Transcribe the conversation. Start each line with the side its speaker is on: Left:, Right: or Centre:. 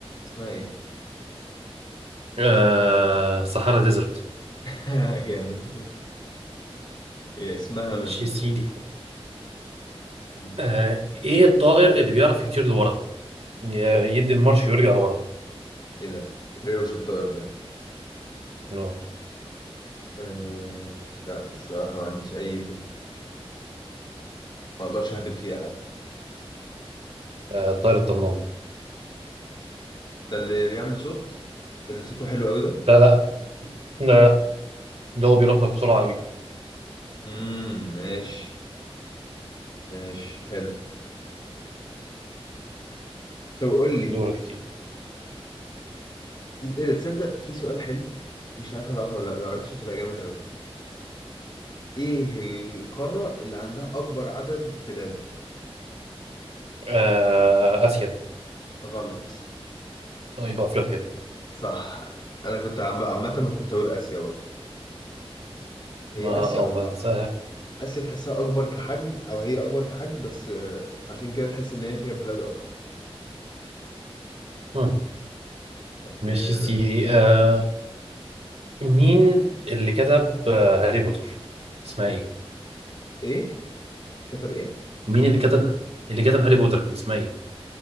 Left: اسمها إيه؟
Right: آه صحراء ديزرت
Left: <laughs> جامد هي اسمها
Right: مش
Left: من
Right: يا سيدي
Left: من-
Right: آه ايه الطائر اللي بيعرف يطير لورا ي- يدي المارش ويرجع لورا
Left: إيه ده؟ ريوش الطائر ده
Right: آه
Left: أه... لا الصراحة ما عنديش أي فكرة ما أقدرش أهبط فيها حد
Right: آه، الطائر الطنان
Left: ده اللي بيعمل صوت اللي صوته حلو أوي ده
Right: لا لا لا ده هو بيرفرف بسرعة قوي
Left: امم ماشي ماشي حلو طب قول لي
Right: دورك يا سيدي
Left: إيه ده تصدق في سؤال حلو مش عارف هتعرفه ولا لا لو عرفته تبقى جامد أوي إيه القارة اللي عندها أكبر عدد بلاد؟
Right: آه اسيا
Left: غلط
Right: طيب افريقيا
Left: صح أنا كنت عم- عامة أنا كنت أقول آسيا برضه هي
Right: ما
Left: آسيا
Right: اه بس
Left: اسيا تحسها اكبر كحجم او هي اكبر كحجم بس آه، فعشان كده تحس ان هي فيها بلاد اكتر
Right: آه.
Left: بس
Right: ماشي
Left: آه،
Right: يا سيدي آه مين اللي كتب آه هاري بوتر اسمها ايه
Left: ايه كتب ايه
Right: مين اللي كتب اللي كتب هاري بوتر كان اسمها ايه